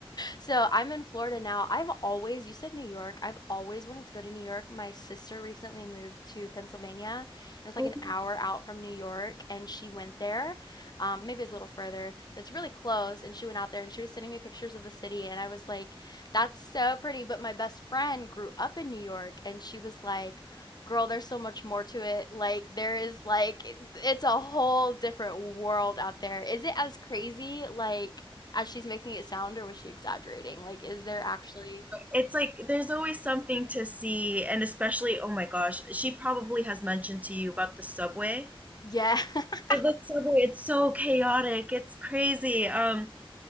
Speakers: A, on the left; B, on the right.
A: So I'm in Florida now. I've always, you said New York, I've always wanted to go to New York. My sister recently moved to Pennsylvania, and it's
B: Oh,
A: like an hour out from New York, and she went there. Um, maybe it's a little further, but it's really close. And she went out there and she was sending me pictures of the city, and I was like, that's so pretty. But my best friend grew up in New York, and she was like, Girl, there's so much more to it. Like there is like it- it's a whole different world out there. Is it as crazy like as she's making it sound, or was she exaggerating? Like, is there actually?
B: it's like there's always something to see, and especially, oh my gosh, she probably has mentioned to you about the subway.
A: Yeah. <laughs>
B: Uh, The subway, it's so chaotic, it's crazy. Um,